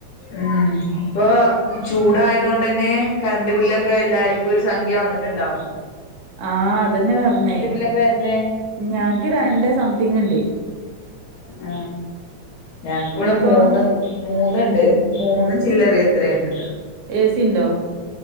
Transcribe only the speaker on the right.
ആഹ് അതന്നെ പർഞ്ഞേ
ഞങ്ങക്ക് രണ്ടേ സംതിങ് ഉണ്ട്.
ഇങ്ങക്കോ
എസി ഉണ്ടോ